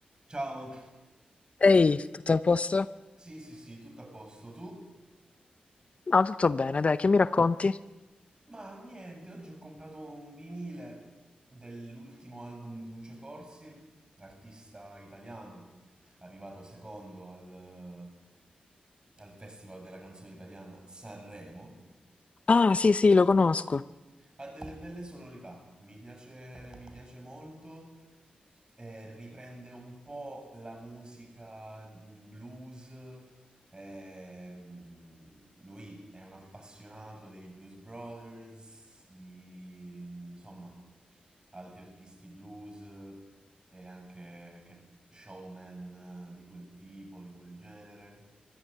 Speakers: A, on the right; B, on the left.
A: Ciao.
B: Ehi, tutto a posto?
A: Sì, sì, sì, tutto a posto. Tu?
B: Ah, tutto bene, dai, che mi racconti?
A: Ma niente, oggi ho comprato un vinile dell'ultimo album di Lucio Corsi, artista italiano, arrivato secondo al, al Festival della canzone italiana Sanremo.
B: Ah, sì, sì, lo conosco.
A: Ha delle belle sonorità, mi piace, mi piace molto. Eh, riprende un po' la musica mm, blues. ehm, lui è un appassionato dei Blues Brothers, di mm, insomma altri artisti blues eh, e anche che- showman eh, di quel tipo, di quel genere.